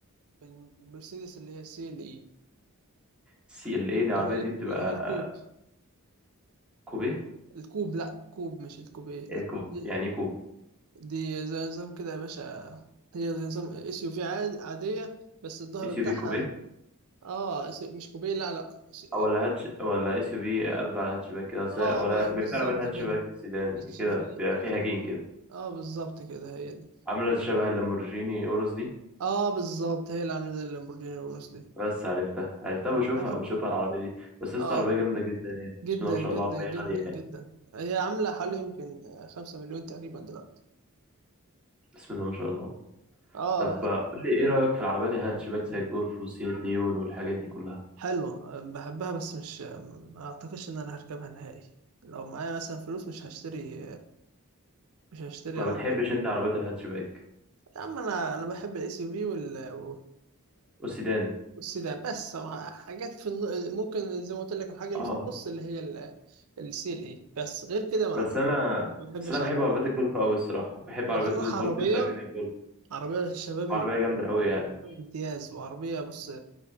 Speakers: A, on the right; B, in the centre.
A: في المرسيدس اللي هي السي ال اي
B: سي ال اي دي العربية
A: اللي هي
B: دي بتبقى
A: اللي هي الكوب
B: كوبيه
A: الكوب لا كوب مش الكوبيه
B: ايه كوب
A: دي,
B: يعني ايه كوب
A: دي زي نظام كده يا باشا هي زي نظام اس يو في عادية بس الظهر
B: اس
A: بتاعها
B: يو في كوبيه
A: اه س- مش كوبيه لا لا س-
B: أو ولا هاتش ولا اس يو في قلب على هاتشباك كده أصل-
A: اه
B: ولا
A: ب-
B: بيبقى
A: بالظبط
B: في عربية هاتشباك
A: كده
B: سيدان
A: اتش
B: كده
A: في
B: بيبقى
A: اتش
B: فيها
A: اه
B: جين كده
A: آه، بالظبط كده هي دي
B: عامله شبه اللامبورجيني اوروس دي
A: اه بالظبط هي اللي عاملة زي اللامبورجيني الورس دي
B: بس عرفتها عرفتها
A: عرفتها؟
B: بشوفها بشوفها العربيه دي بس لسه
A: اه
B: عربيه جامده جدا يعني
A: جدا
B: بسم الله ما شاء
A: جدا
B: الله عربيه غاليه
A: جدا جدا
B: يعني
A: هي عاملة حوالي يمكن خمسة مليون تقريبا دلوقتي
B: بسم الله ما شاء الله
A: اه
B: طب
A: يعني
B: قول لي ايه رايك في العربيات الهاتشباك زي الجولف وسيات ليون والحاجات دي كلها
A: حلوة بحبها بس مش ما اعتقدش ان انا هركبها نهائي لو معايا مثلا فلوس مش هشتري مش هشتري
B: ما
A: عربية
B: بتحبش انت عربيات الهاتشباك
A: يا عم انا انا بحب الاس يو في وال و-
B: والسيدان
A: والسيدان بس حاجات في النو... ممكن زي ما قلت لك الحاجة اللي
B: اه
A: في النص اللي هي السي ال اي بس غير كده ما
B: بس انا
A: ما بحبش
B: بس انا بحب
A: أنا الحاجات
B: عربيات
A: دي
B: الجولف قوي الصراحه بحب
A: لو
B: عربيات
A: بصراحة
B: الفولكس
A: عربية
B: فاجن الجولف
A: عربية الشباب
B: عربيه جامده قوي يعني
A: امتياز وعربية بص